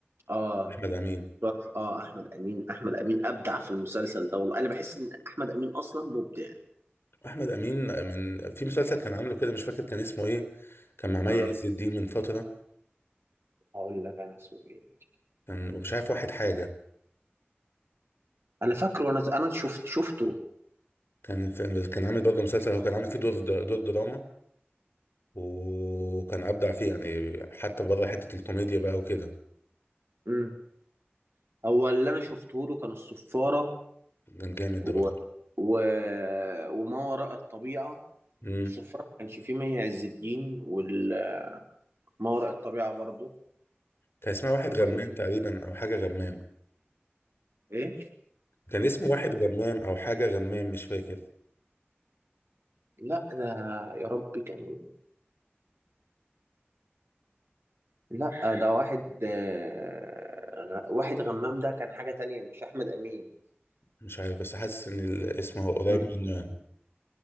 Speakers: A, on the right (about 75°); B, on the left (about 65°).
A: اه
B: احمد امين
A: تحفة. اه احمد امين احمد امين ابدع في المسلسل ده والله انا بحس ان احمد امين اصلا مبدع
B: احمد امين من في مسلسل كان عامله كده مش فاكر كان اسمه ايه كان مع مي
A: امم
B: عز الدين من فتره
A: هقول لك انا اسمه ايه
B: كان ومش عارف واحد حاجه
A: انا فاكره وانا انا شفت شفته
B: كان في... كان عامل برضه مسلسل هو كان عامل فيه دور د- دور دراما وكان ابدع فيه يعني حتى بره حته الكوميديا بقى وكده
A: امم هو اللي انا شفته له كان الصفاره
B: كان جامد ده
A: و...
B: برضه
A: و... وما وراء الطبيعه
B: امم
A: الصفاره ما كانش فيه مي عز الدين وما وراء الطبيعه برضه
B: كان اسمها واحد غمام
A: وايه تاني؟
B: تقريبا او حاجه غمام
A: إيه؟
B: كان اسمه واحد غمام او حاجه غمام مش فاكر
A: لا ده يا ربي كان لا ده واحد آه، غ- واحد غمام ده كان حاجة تانية مش أحمد أمين
B: مش عارف بس حاسس ان الاسم هو قريب
A: مم.
B: منه يعني